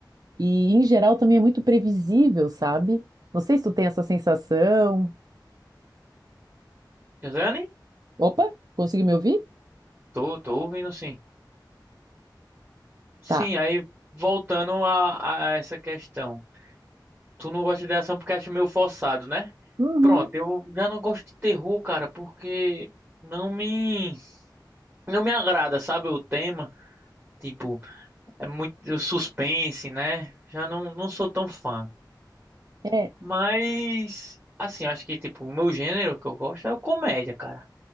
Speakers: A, on the right (about 55°); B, on the right (about 30°).
A: E, em geral, também é muito previsível, sabe? Não sei se tu tem essa sensação.
B: Josiane.
A: Opa, consegui me ouvir?
B: Tô, tô ouvindo sim. Sim,
A: Tá.
B: aí voltando a, a essa questão. Tu não gosta de ação porque acha meio forçado, né?
A: Uhum.
B: Pronto, eu já não gosto de terror, cara, porque não me não me agrada, sabe, o tema, tipo, é muito o suspense, né? Já não não sou tão fã.
A: É.
B: Mas assim, eu acho que tipo, o meu gênero que eu gosto é o comédia, cara.